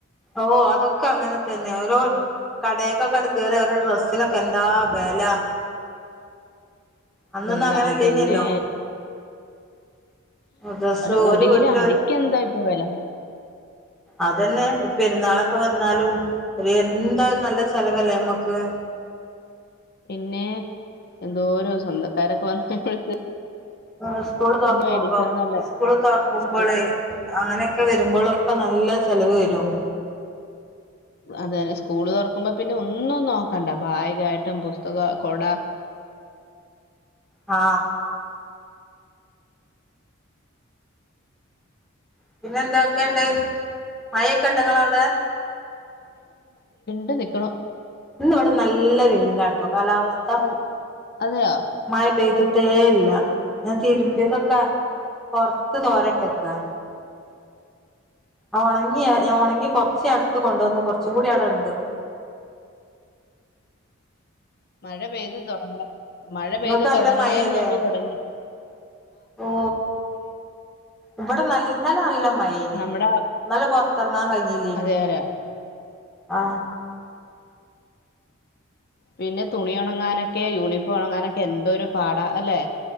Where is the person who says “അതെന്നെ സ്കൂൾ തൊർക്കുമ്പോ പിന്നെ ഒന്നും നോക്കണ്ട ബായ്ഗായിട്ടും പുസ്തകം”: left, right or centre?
Left